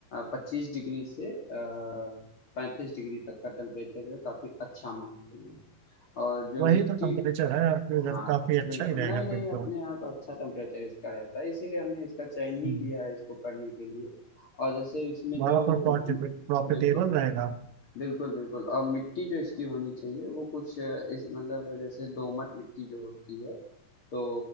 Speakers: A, on the left (about 40°); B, on the right (about 80°).
A: पच्चीस डिग्री से पैंतीस डिग्री तक का टेम्परेचर जो है काफी अच्छा मानते हैं और जो
B: वही
A: मिट्टी
B: तो टेम्परेचर है और फिर
A: हाँ,
B: काफी
A: बिल्कुल।
B: अच्छा ही रहेगा
A: नहीं, नहीं,
B: फिर
A: अपने
B: तो
A: यहाँ तो अच्छा टेम्परेचर इसका रहता है, इसीलिए हमने इसका चयन ही
B: हम्म,
A: किया है इसको करने के लिए। और जैसे इसमें
B: बड़ा
A: जो
B: प्रॉफिटेबल
A: उम उम, बिल्कुल,
B: रहेगा
A: बिल्कुल, बिल्कुल और मिट्टी जो इसकी होनी चाहिए वो कुछ इस मतलब जैसे दोमट मिट्टी जो होती है, तो